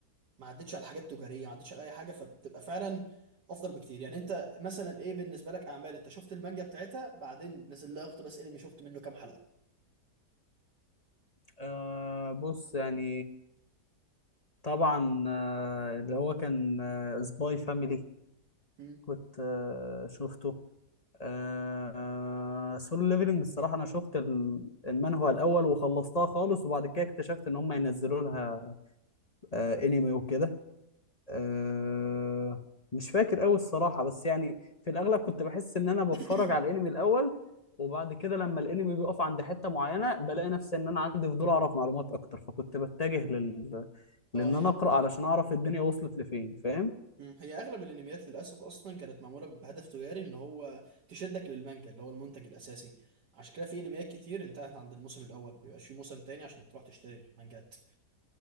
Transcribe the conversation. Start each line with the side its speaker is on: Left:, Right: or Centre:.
Right: ما عدتش على حاجات تجاريه ما عدتش على اي حاجه فبتبقى فعلا افضل بكتير يعني انت مثلا ايه بالنسبه لك اعمال انت شفت المانجا بتاعتها بعدين نزل لها اقتباس انمي شفت منه كام حلقه
Left: آه بص يعني طبعا آه، اللي هو كان سباي فاميلي
Right: مم.
Left: كنت آه، شفته آه، سولو ليفلنج الصراحة أنا شفت ال- المانهوا الأول وخلصتها خالص وبعد كده اكتشفت إن هم ينزلوا لها أنمي وكده آه، مش فاكر قوي الصراحة بس يعني في الأغلب كنت بحس إن أنا بتفرج
Right: <clears throat>
Left: على الأنمي الأول وبعد كده لما الأنمي بيقف عند حتة معينة بلاقي نفسي إن أنا عندي فضول أعرف معلومات أكتر فكنت بتجه لل...
Right: اه
Left: لإن
Right: هي
Left: أنا أقرأ علشان أعرف الدنيا وصلت لفين فاهم؟
Right: مم. هي اغلب الانميات للاسف اصلا كانت معموله بهدف تجاري ان هو تشدك للمانجا اللي هو المنتج الاساسي عشان كده في انميات كتير انتهت عند الموسم الاول بيبقاش في موسم تاني عشان تروح تشتري المانجات